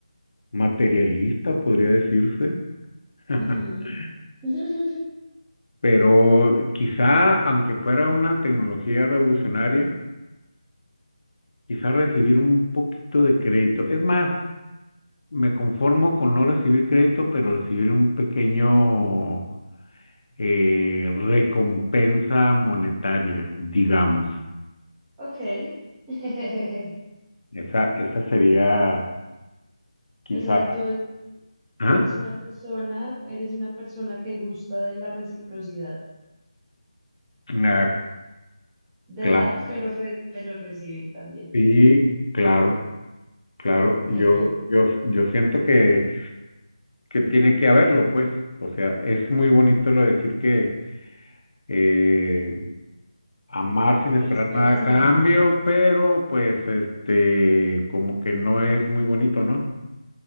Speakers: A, on the left; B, on the right.
A: materialista, podría decirse, <laughs>
B: Ujú. <laughs>
A: pero quizá, aunque fuera una tecnología revolucionaria, quizá recibir un poquito de crédito. Es más, me conformo con no recibir crédito, pero recibir un pequeño eh, recompensa monetaria, digamos.
B: Ok. <laughs>
A: Esa, esa sería quizá
B: O sea,
A: la...
B: tú,
A: ¿Ah?
B: Tú eres una persona, eres una persona que gusta de la reciprocidad,
A: Ah,
B: de
A: cla-
B: dar, pero, re- pero recibir también.
A: Sí, claro, claro. Yo,
B: Genial.
A: yo, yo siento que, que tiene que haberlo, pues. O sea, es muy bonito lo de decir que eh, amar
B: Que
A: sin esperar
B: no esperas
A: nada a
B: nada.
A: cambio, pero pues este, como que no es muy bonito, ¿no?